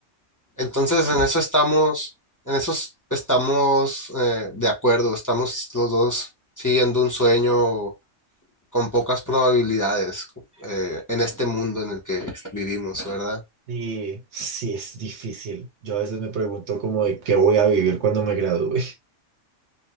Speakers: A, on the left; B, on the right.
A: Entonces, en eso estamos, en eso es- estamos eh, de acuerdo. Estamos los dos siguiendo un sueño con pocas probabilidades eh, en este mundo en el que vivimos, ¿verdad?
B: Y sí, es difícil. Yo a veces me pregunto como de qué voy a vivir cuando me gradúe. <laughs>